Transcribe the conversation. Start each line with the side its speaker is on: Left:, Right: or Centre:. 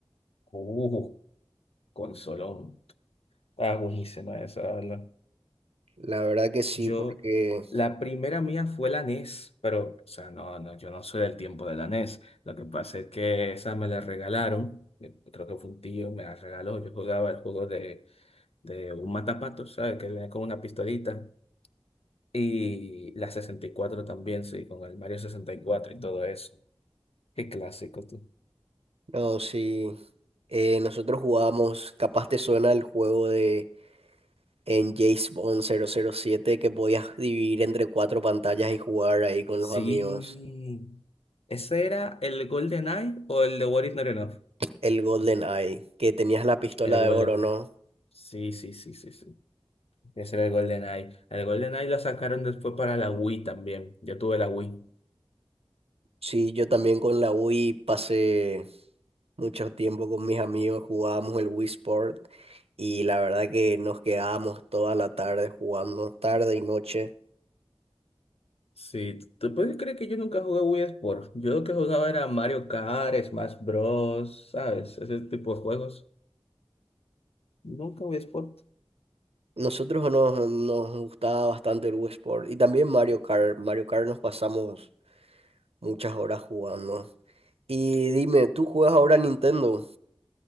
Left: Uh, consolón. Está buenísimo eso, la verdad.
Right: La verdad que sí,
Left: Yo,
Right: porque
Left: la primera mía fue la NES, pero, o sea, no, no, yo no soy del tiempo de la NES. Lo que pasa es que esa me la regalaron, eh, creo que fue un tío, me la regaló. Yo jugaba el juego de, de un matapato, ¿sabes? Que viene con una pistolita. Y la 64 también, sí, con el Mario sesenta y cuatro y todo eso. Qué clásico, tú.
Right: No, sí. Eh, nosotros jugábamos, capaz te suena el juego de en James Bond cero cero siete que podías dividir entre cuatro pantallas y jugar ahí con
Left: Sí.
Right: los amigos.
Left: ¿Ese era el Golden Eye o el de What Is Not Enough?
Right: El Golden Eye, que tenías la pistola
Left: El Golden
Right: de oro,
Left: Eye.
Right: ¿no?
Left: Sí, sí, sí, sí, sí. Ese era el GoldenEye. El GoldenEye lo sacaron después para la Wii también. Yo tuve la Wii.
Right: Sí, yo también con la Wii pasé mucho tiempo con mis amigos, jugábamos el Wii Sport y la verdad que nos quedábamos toda la tarde jugando, tarde y noche.
Left: Sí, ¿tú puedes creer que yo nunca jugué Wii Sport? Yo lo que jugaba era Mario Kart, Smash Bros, ¿sabes? Ese tipo de juegos. Nunca Wii Sport.
Right: Nosotros nos, nos gustaba bastante el Wii Sport y también Mario Kart. Mario Kart nos pasamos muchas horas jugando. Y dime, ¿tú juegas ahora a Nintendo?